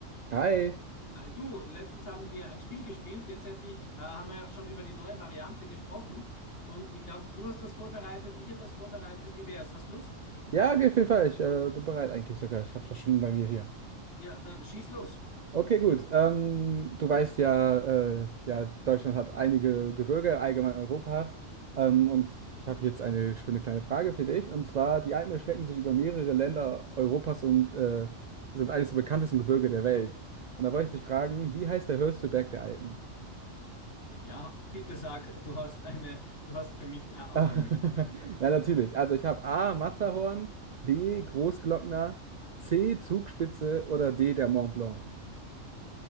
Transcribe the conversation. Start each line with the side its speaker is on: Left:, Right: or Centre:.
Right: Hi.
Left: Äh, du, letztens haben wir ein Spiel gespielt. Jetzt hätte ich, äh, haben wir ja schon über die neue Variante gesprochen. Und ich glaube, du hast was vorbereitet, ich habe was vorbereitet. Wie wär's? Hast Lust?
Right: Ja, geht auf jeden Ich äh, bin bereit eigentlich sogar. Ich habe das schon bei mir hier.
Left: Ja, dann schieß los.
Right: Okay, gut. Ähm, du weißt ja, äh, ja, Deutschland hat einige Gebirge, allgemein Europa. Ähm, und ich habe jetzt eine schöne kleine Frage für dich. Und zwar, die Alpen erstrecken sich über mehrere Länder Europas und äh, sind eines der bekanntesten Gebirge der Welt. Und da wollte ich dich fragen, wie heißt der höchste Berg der Alpen? <laughs>
Left: Ja, bitte sag, du hast eine, du hast für mich, äh, Auswahlmöglichkeiten.
Right: Ah, Ja, natürlich. Also ich habe A, Matterhorn, B, Großglockner, C, Zugspitze oder D, der Mont Blanc.